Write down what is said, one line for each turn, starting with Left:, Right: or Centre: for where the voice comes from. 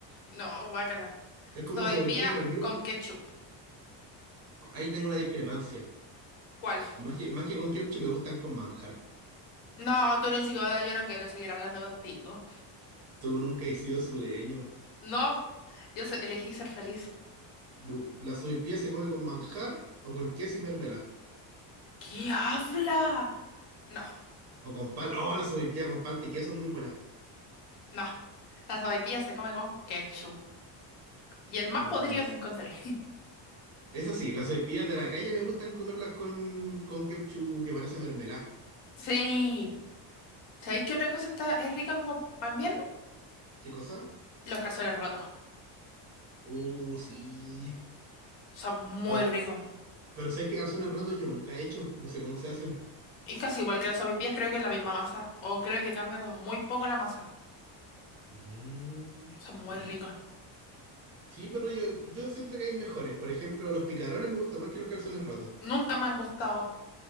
Left: No, guácala.
Right: Es como
Left: Sopaipilla
Right: sopaipilla en almíbar.
Left: con ketchup.
Right: Ahí tengo una discrepancia.
Left: ¿Cuál?
Right: Más que, más que con ketchup me gustan con manjar.
Left: No, tú eres un psicópata, yo no quiero seguir hablando contigo.
Right: Tú nunca has sido sureño.
Left: No, yo so- elegí ser feliz.
Right: Du- ¿La sopaipilla se come con manjar o con queso y mermelada?
Left: ¿Qué habla? No,
Right: O con pal. Oh, la sopaipilla con palta y queso es muy buena.
Left: no. La sopaipilla se come con ketchup. Y el más
Right: No.
Left: podrido
Right: sé.
Left: que encontré. <laughs>
Right: Eso sí, las sopaipillas de la calle me gustan comerlas con, con ketchup que parece mermelada.
Left: Sí. ¿Sabéis qué otra cosa está, es rica como para invierno?
Right: ¿Qué cosa?
Left: Los calzones rotos.
Right: Uh, sí.
Left: Son muy
Right: Pero,
Left: ricos.
Right: pero sé que calzones rotos yo nunca he hecho. No sé cómo se hacen.
Left: Es casi igual que las sopaipillas, creo que es la misma masa. O creo que cambia como muy poco la masa.
Right: Mm,
Left: Son muy
Right: brígido.
Left: ricos.
Right: Sí, pero yo, yo siento que hay mejores. Por ejemplo, los picarones me gustan más que los calzones rotos.
Left: Nunca me han gustado.